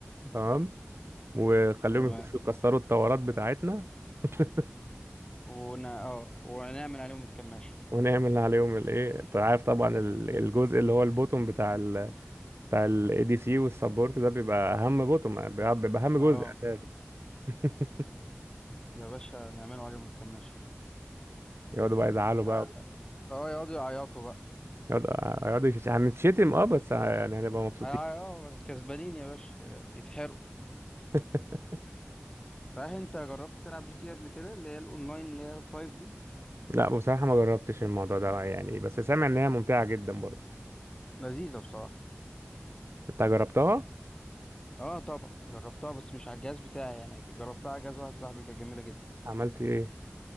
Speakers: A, on the right; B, on the left.
A: تمام وخليهم
B: تمام
A: يخشوا يكسروا الطورات بتاعتنا <laughs>
B: ون... اه ونعمل عليهم الكماشة
A: ونعمل عليهم الايه انت عارف طبعا ال- الجزء اللي هو البوتوم بتاع ال بتاع الاي دي سي والسبورت ده بيبقى اهم بوتوم بيبقى بيبقى اهم
B: اه
A: جزء اساسا <laughs>
B: يا باشا نعملوا عليهم الكماشة
A: يقعدوا بقى يزعلوا بقى
B: اه آه، يقعدوا يعيطوا بقى
A: يقعدوا يقعدوا يش- هنتشتم اه بس يعني هنبقى مبسوطين
B: هيع- اه آه، كسبانين يا باشا آه، يتحرقوا
A: <laughs>
B: صحيح انت جربت تلعب جي تي قبل كده اللي هي الاونلاين اللي هي 5 دي
A: لا بصراحة ما جربتش الموضوع ده يعني بس سامع ان هي ممتعة جدا برضه
B: لذيذه بصراحه
A: انت جربتها
B: اه طبعا جربتها بس مش على الجهاز بتاعي يعني جربتها على جهاز واحد صاحبي كانت جميله جدا
A: عملت ايه